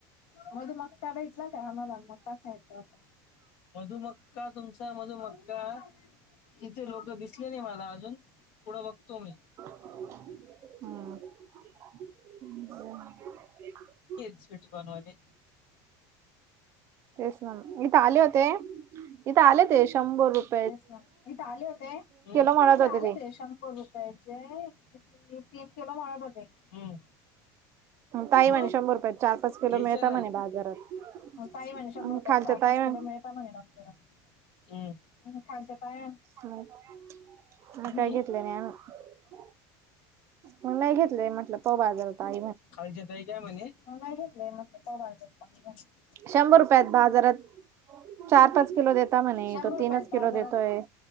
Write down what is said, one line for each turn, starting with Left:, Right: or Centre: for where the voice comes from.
Left: मधू मका भेटला काय आम्हाला मका खायचा होता मधुमक्का तुमचा मधुमक्का इथे लोकं दिसले नाही मला अजून. पुढं बघतो मी
Right: हा <unintelligible>
Left: हेच स्विट्स बनवले
Right: तेच नं इथं आले होते इथं आले ते शंभर रुप
Left: तेच नं, इथे आले होते, हम्म
Right: म्हणत
Left: इथे
Right: होते
Left: आले ते शंभर रुपयाचे मी तेच केलं माळा जाते, हम्म.
Right: ताई
Left: मग
Right: म्हणे शंभर रुपयात चार पाच किलो
Left: घ्यायचे
Right: मिळता
Left: ना
Right: म्हणे बाजारात
Left: ताई म्हणे शंभर
Right: खालच्यात
Left: रुपयात चार पाच
Right: आहे
Left: किलो मिळता म्हणे बाजारात हम्म पण खालचं ताई
Right: हम्म मी
Left: हम्म.
Right: काय घेतलं नाही मग मग नाही घेतलयं म्हटलं पाहू बाजारात हाय
Left: खालची ताई काय म्हणे. मग नाही घेतलयं म्हटलं पाहू बाजारात <unintelligible>
Right: शंभर रुपयात बाजारात चार पाच किलो देत त म्हणे
Left: शंभर
Right: तो
Left: रुपयात
Right: तीनच
Left: बाजारात
Right: किलो देतोय